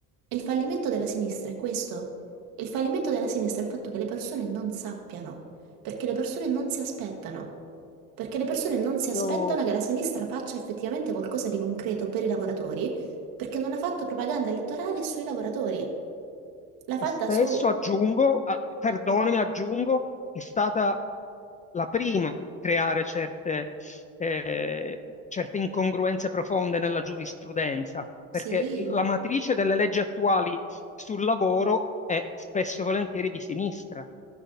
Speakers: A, on the right (about 65°); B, on the left (about 20°).
A: E il fallimento della sinistra è questo. Il fallimento della sinistra è il fatto che le persone non sappiano, perché le persone non si aspettano. Perché le persone non si aspettano
B: Io
A: che la sinistra faccia effettivamente qualcosa di concreto per i lavoratori perché non ha fatto propaganda elettorale sui lavoratori. L'ha fatta
B: Spesso
A: su...
B: aggiungo, a- perdonami, aggiungo, è stata la prima a creare certe, eh, certe incongruenze profonde nella giurisprudenza, perché
A: Sì,
B: la matrice delle leggi attuali sul lavoro è spesso e volentieri di sinistra.